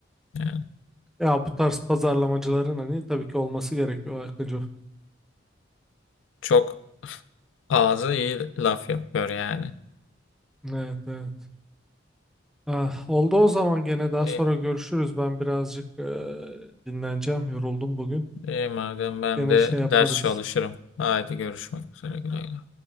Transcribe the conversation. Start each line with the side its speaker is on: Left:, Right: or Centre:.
Left: Yani
Centre: Ya bu tarz pazarlamacıların hani tabii ki olması gerekiyor Akıncı.
Left: çok ağzı iyi laf yapıyor yani.
Centre: Evet evet. Ah, oldu o zaman gene daha
Left: İyi,
Centre: sonra görüşürüz. Ben birazcık eee, dinleneceğim. Yoruldum bugün.
Left: iyi madem ben
Centre: Gene
Left: de
Centre: şey
Left: ders
Centre: yaparız.
Left: çalışırım. Haydi görüşmek üzere. Güle güle.